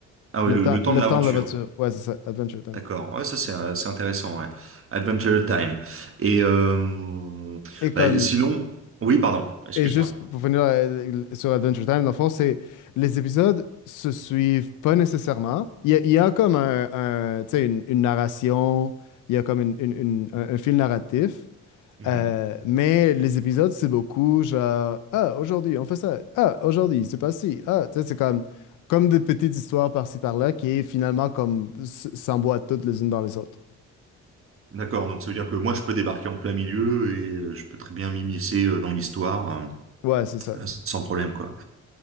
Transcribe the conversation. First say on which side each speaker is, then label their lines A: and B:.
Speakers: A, on the right; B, on the left.
A: Ah
B: le
A: oui, le,
B: temps,
A: le temps
B: le
A: de l'aventure.
B: temps de la voiture. Ouais, c'est ça, Adventure Time.
A: D'accord, ouais, ça c'est euh, c'est intéressant, ouais. Adventure Time. Et euh,
B: Et comme
A: bah, sinon, oui, pardon, excuse-moi.
B: Et juste pour finir euh, sur Adventure Time, dans le fond, c'est les épisodes se suivent pas nécessairement. Il y a, il y a comme un, un- tu sais, une, une narration, il y a comme une- une- une- un, un fil narratif,
A: Mhm.
B: euh, mais les épisodes, c'est beaucoup genre, ah, aujourd'hui, on fait ça, ah, aujourd'hui, c'est pas ci, ah, tu sais, c'est comme, comme des petites histoires par-ci par-là qui est finalement comme s- s'emboîtent toutes les unes dans les autres.
A: D'accord, donc ça veut dire que moi je peux débarquer en plein milieu et euh, je peux très bien m'immiscer euh, dans l'histoire euh,
B: Ouais, c'est ça.
A: euh, sans problème, quoi.